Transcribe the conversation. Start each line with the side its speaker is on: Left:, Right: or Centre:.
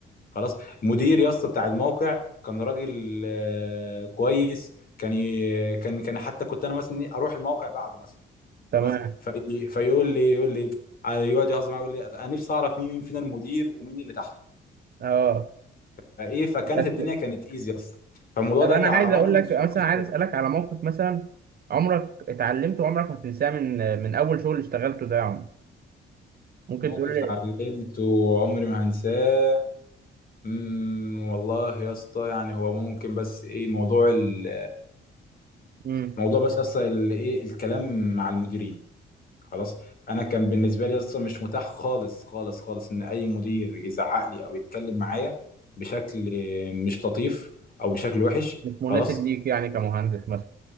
Left: خلاص المدير يا اسطى بتاع الموقع كان راجل آه، كويس كان ي- كان كان حتى كنت انا مثلا إيه، اروح الموقع بعده مثلا
Right: تمام
Left: خلاص في فيقول لي يقول لي آه، يقعد يهزر معايا يقول لي انا نفسي اعرف مين مين فينا المدير ومين اللي تحته
Right: اه
Left: فايه فكانت
Right: بس
Left: الدنيا كانت ايزي اصلا فالموضوع
Right: طب
Left: ده
Right: انا
Left: كان
Right: عايز
Left: على الرغم
Right: اقول
Left: من
Right: لك
Left: صعوبه
Right: مثلا
Left: الشغل
Right: عايز اسالك على موقف مثلا عمرك اتعلمته وعمرك ما هتنساه من من اول شغل اشتغلته ده يا عمر ممكن
Left: موقف
Right: تقول لي
Left: اتعلمته وعمري ما هنساه أمم، والله يا اسطى يعني هو ممكن بس ايه موضوع ال-
Right: امم
Left: موضوع بس اصلا ال- ايه الكلام مع المديرين خلاص انا كان بالنسبه لي اصلا مش متاح خالص خالص خالص ان اي مدير يزعق لي او يتكلم معايا بشكل مش لطيف او بشكل وحش
Right: مش
Left: خلاص
Right: مناسب ليك يعني كمهندس مثلا